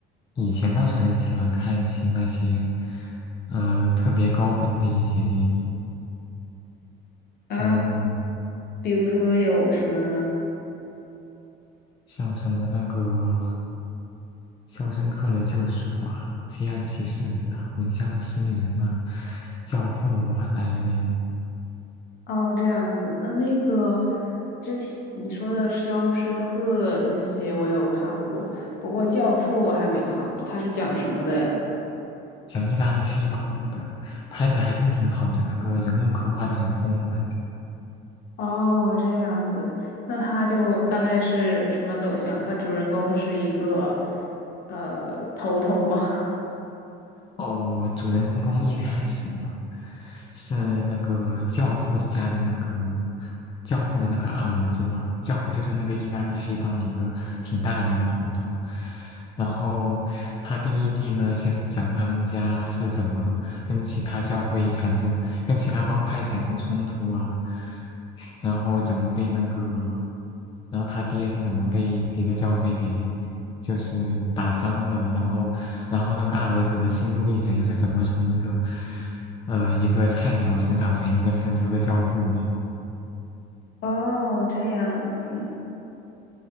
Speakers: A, on the left; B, on the left.
A: 以前倒是很喜欢看一些那些，呃，特别高分的一些电影。
B: 啊，
A: 嗯，
B: 比如说有什么呢？
A: 像什么那个《肖申克的救赎》啊，《黑暗骑士》啊，《闻香识女人》啊，《教父》啊那一类的，
B: 哦，这样子。那那个之前你说的《肖申克》那些我有看过，不过《教父》我还没看过，它是讲什么的呀？
A: 讲意大利黑帮的，拍的还真挺好的，那个人物刻画的很丰满。
B: 哦，这样子。那它就大概是什么走向？它主人公是一个呃头头吗？
A: 哦，主人公一开始呢，是那个教父家的那个教父的那个二儿子吧？教父就是那个意大利黑帮的一个挺大的一个头头。然后他第一季呢，先是讲他们家是怎么跟其他教会产生、跟其他帮派产生冲突啊，然后怎么被那个，然后他爹是怎么被别的教会给就是打伤的，然后，然后那个二儿子的心路历程又是怎么从一个，呃，一个菜鸟成长成一个成熟的教父的？
B: 哦，这样子，